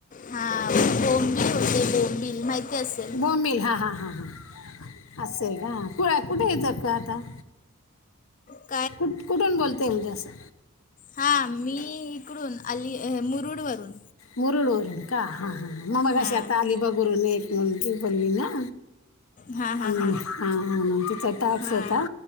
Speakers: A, on the left; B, on the left.
A: हा बोंबिल होते बोंबिल, माहिती असेल
B: बोंबील हां हां हां हां असं आहे का कुठे येतं का आता
A: ब
B: कुठ कुठून बोलततेय म्हणजे असं
A: हा मी इकडून अली मुरुड वरून
B: मुरुडवर का हा हां ममा
A: हां
B: कशी आता आलीबागुरून एक म्हली बोलली ना
A: हां हां
B: आणि
A: हां
B: तिचा टाक्स
A: हां
B: होता